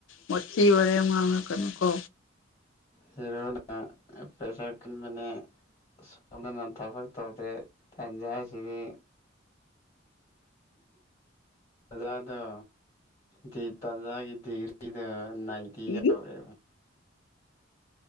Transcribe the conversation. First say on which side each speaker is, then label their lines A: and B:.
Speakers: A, on the left (about 85°); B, on the left (about 35°).
A: ꯃꯣꯊꯤ ꯋꯥꯔꯦꯝ ꯉꯥꯡꯉꯛꯀꯅꯨꯀꯣ
B: ꯍꯤꯔꯣꯅ ꯄꯦꯁꯥ ꯀꯟꯕꯅꯦ ꯁꯣꯗꯅ ꯊꯕꯛ ꯇꯧꯗꯦ ꯇꯟꯖꯥꯁꯤꯗꯤ ꯖꯗꯣ ꯗꯤ ꯇꯥꯟꯖꯥꯒꯤ ꯗꯤꯒ꯭ꯔꯤꯗ ꯅꯥꯏꯗꯤ
A: ꯏ
B: ꯌꯥꯎꯦ